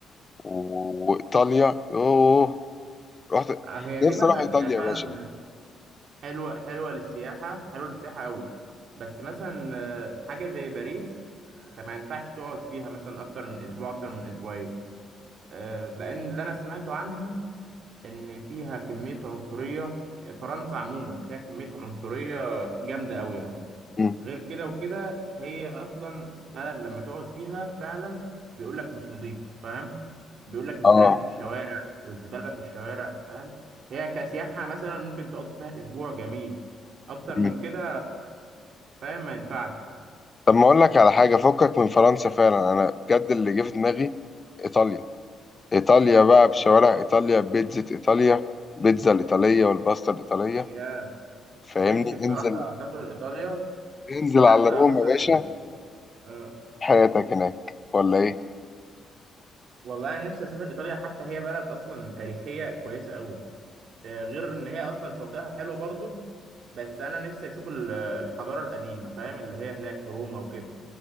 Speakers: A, on the left; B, on the right.
A: و- وايطاليا يوه رحت
B: آه، هي
A: نفسي
B: دي مثلا
A: اروح ايطاليا
B: آه، فعلا
A: يا باشا
B: حلوه حلوه للسياحه حلوه للسياحه قوي بس مثلا آه، حاجه زي باريس انت ما ينفعش تقعد فيها مثلا اكتر من اسبوع اكتر من اسبوعين آه، لأن اللي أنا سمعته عنها إن فيها كمية عنصرية فرنسا عموما فيها كمية عنصرية جامدة أوي يعني
A: مم.
B: غير كده وكده هي أصلا بلد لما تقعد فيها فعلا بيقول لك مش نظيف فاهم بيقول لك الفيران
A: اه
B: في الشوارع والزبالة في الشوارع فاهم هي كسياحة مثلا ممكن تقضي فيها أسبوع جميل أكتر من
A: مم.
B: كده فاهم ما ينفعش
A: طب ما اقول لك على حاجه فكك من فرنسا فعلا انا بجد اللي جه في دماغي
B: مم.
A: ايطاليا ايطاليا بقى بشوارع ايطاليا بيتزا ايطاليا بيتزا الايطاليه والباستا الايطاليه
B: يا
A: فاهمني
B: نفسي بصراحة
A: انزل
B: أسافر إيطاليا
A: انزل
B: حتى
A: على روما
B: مثلا
A: يا باشا
B: آه،
A: حياتك هناك ولا ايه
B: والله انا نفسي اسافر ايطاليا حتى هي بلد اصلا تاريخيه كويسه قوي آه، غير ان هي اصلا شواطئها حلوه برضو بس انا نفسي اشوف ال- الحضاره القديمه فاهم اللي هي هناك في روما وكده